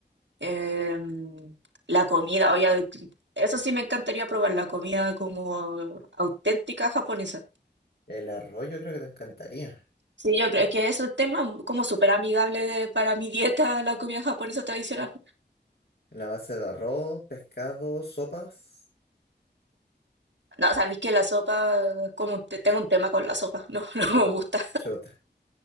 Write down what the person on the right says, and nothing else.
em, la comida, obviamente, eso sí me encantaría probar la comida como auténtica japonesa.
Sí, yo creo que es un tema como súper amigable de- para mi dieta, la comida japonesa tradicional.
No, sabéis que la sopa, como te- tengo un tema con la sopa, no, <laughs> no
me gusta.